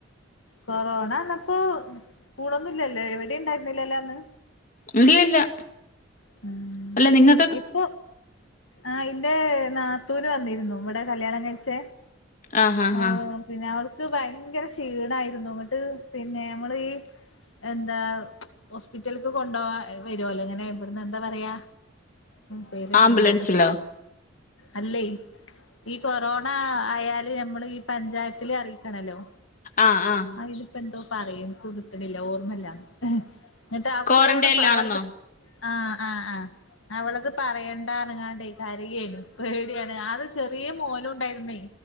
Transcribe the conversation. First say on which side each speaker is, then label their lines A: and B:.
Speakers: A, on the left; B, on the left.
A: കൊറോണ വെന്നപ്പോ സ്കൂളൊന്നുല്ലല്ലോ എവിടെ ണ്ടായിരുന്നില്ലല്ലോ അന്ന്?
B: എവിടെയില്ല
A: മ്മ്
B: നിങ്ങ
A: ഇപ്പോ ആ ഇന്റെ നാത്തൂന്- വന്നിരുന്നു ഇവടെ കല്യാണം കഴിച്ച.
B: ആഹ് ആഹ്
A: ഓ
B: ആഹ്
A: പിന്നവർക്ക് ഭയങ്കര ക്ഷീണായിരുന്നു. എന്നട്ട് പിന്നെ ഞങ്ങള്- എന്താ ഹോസ്പിറ്റല്ക്ക്- കൊണ്ടൊവാ വരോല്ലോ, ഇങ്ങനെ ഇവിടന്നെന്താ പറയാ?
B: <inaudible>
A: ക്ക്‌ണില്ലല്ലോ
B: ആംബുലൻസിലോ
A: അല്ലെ ഈ കൊറോണ ആയ- ല് ഞമ്മള് ഈ പഞ്ചായത്തില് അറിയിക്കണല്ലോ.
B: ആഹ് ആഹ്
A: ആയിനിപ്പോ എന്തോ പറയും, ഇനിക്ക് കിട്ട്നില്ല, ഓർമ്മല്ല. ന്നട്ട് അവളവിടെ
B: ക്വാറന്റൈനിലാണെന്നോ
A: അവള- ആഹ്, ആഹ്, ആഹ്, അവളത് പറയണ്ടാ പറഞ്ഞിട്ട് കരയേനു. പേടിയാണ് അത് ചെറിയ മോനും, ഇണ്ടായിരുന്നേ